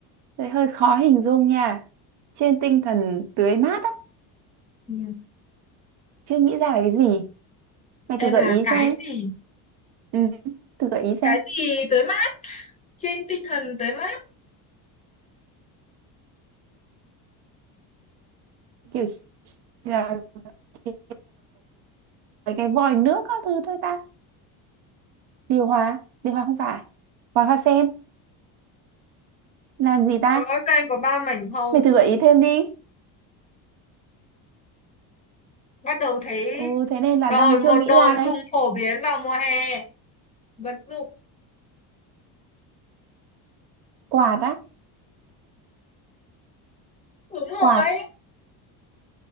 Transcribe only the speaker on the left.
ừ.
em
là
cái
gì
cái gì tới mát trên tinh thần tới mát
có ra có ba mảnh không
bắt đầu thấy
rồi
một
đồ
dùng phổ biến vào mùa hè vật dụng
đúng
rồi